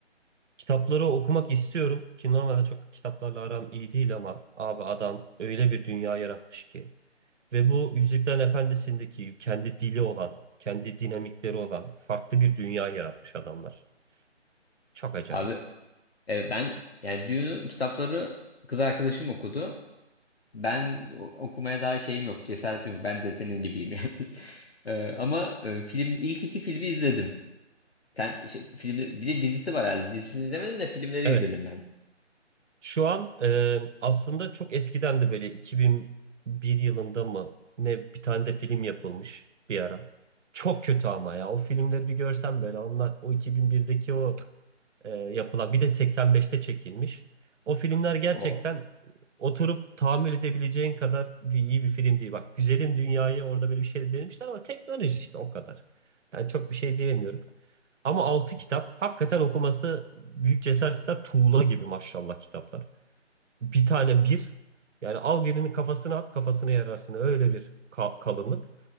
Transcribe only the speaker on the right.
Kitapları okumak istiyorum ki normalde çok kitaplarla aram iyi değil ama abi adam öyle bir dünya yaratmış ki. Ve bu Yüzüklerin Efendisi'ndeki kendi dili olan, kendi dinamikleri olan farklı bir dünya yaratmış adamlar. Çok acayip.
Evet
Şu an e, aslında çok eskiden de böyle 2001 yılında mı ne bir tane de film yapılmış bir ara. Çok kötü ama ya o filmleri bir görsem böyle onlar o 2001'deki o e, yapılan bir de 85'te çekilmiş. O filmler gerçekten
oturup tahammül edebileceğin kadar bir iyi bir film değil. Bak Güzelim Dünya'yı orada böyle bir şey denemişler ama teknoloji işte o kadar. Yani çok bir şey diyemiyorum. Ama altı kitap hakikaten okuması büyük cesaret ister. Tuğla gibi maşallah kitaplar bir tane bir. Yani al birini kafasına at kafasına yararsın. Öyle bir ka- kalınlık.